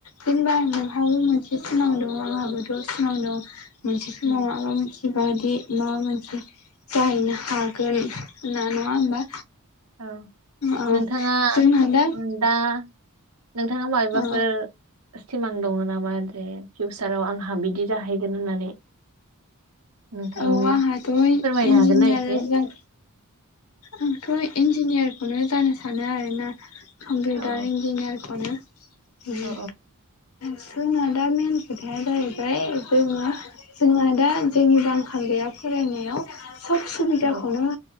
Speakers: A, on the left; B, on the right.
A: जेनबा नोंहाबो मोनसे सिमाव दं आंहाबोथ' सिमाव दं। मोनसे समाव
B: उम
A: मबा मोनसे बायदि माबा मोनसे जाहैनो हागोन होनना नङा होमबा?
B: औ
A: औ
B: नोंथाङा
A: जोंना दा
B: उम दा नोंथाङा मायबेबाफोर
A: औ
B: सिमां दङ नामा जे फिउचाराव आंहा बिदि जाहैगोन होननानै। नोंथांनि
A: औ आंहाथ'
B: फोरमायनो
A: इन्जिनियार
B: हागोन ना एसे
A: जान आंथ' इन्जिनियारखौनो जानो सानो आरोना कम्पिउटार
B: औ
A: इन्जिनियारखौनो। उम।
B: औ
A: जोंना दा मेन खोथाया जाहैबाय जोंङो जोंना दा जेनिबो आंखाल गैया फरायनायाव। सब सुबिदाखौनो‌
B: औ